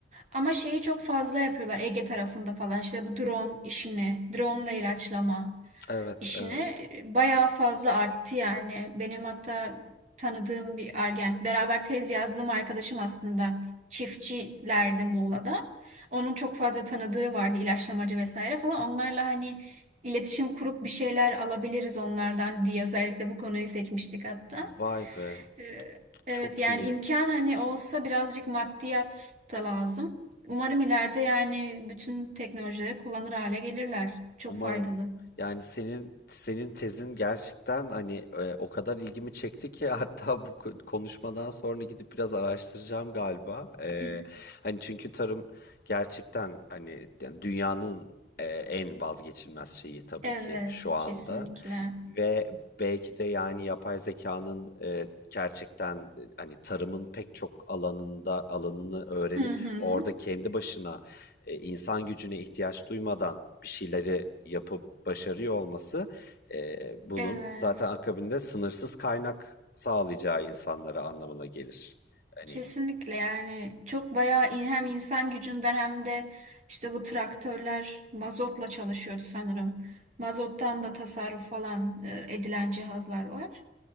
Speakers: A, on the right; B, on the left.
A: Ama şeyi çok fazla yapıyorlar Ege tarafında falan işte bu drone işini, drone ile ilaçlama
B: Evet,
A: işini
B: evet.
A: e, bayağı fazla arttı yani. Benim hatta tanıdığım bir argen beraber tez yazdığım arkadaşım aslında çiftçilerdi Muğla'da. Onun çok fazla tanıdığı vardı ilaçlamacı vesaire falan. Onlarla hani iletişim kurup bir şeyler alabiliriz onlardan diye özellikle bu konuyu seçmiştik hatta.
B: Vay be.
A: Ee,
B: Çok
A: Evet yani
B: iyi.
A: imkan hani olsa birazcık maddiyat da lazım. Umarım ileride yani bütün teknolojileri kullanır hale gelirler. Çok
B: Umarım.
A: faydalı.
B: Yani senin senin tezin gerçekten hani e, o kadar ilgimi çekti ki <laughs> hatta bu ko- konuşmadan sonra gidip biraz araştıracağım galiba. E,
A: <laughs>
B: hani çünkü tarım gerçekten hani yani dünyanın e, en vazgeçilmez şeyi tabii
A: Evet,
B: ki şu anda.
A: kesinlikle.
B: Ve belki de yani yapay zekanın e, gerçekten e, hani tarımın pek çok alanında alanını öğrenip
A: Hı hı.
B: orada kendi başına e, insan gücüne ihtiyaç duymadan bir şeyleri yapıp başarıyor olması e, bunun
A: Evet.
B: zaten akabinde sınırsız kaynak sağlayacağı insanlara anlamına gelir. Hani
A: Kesinlikle yani çok bayağı in- hem insan gücünden hem de işte bu traktörler mazotla çalışıyordu sanırım. Mazottan da tasarruf falan e, edilen cihazlar var.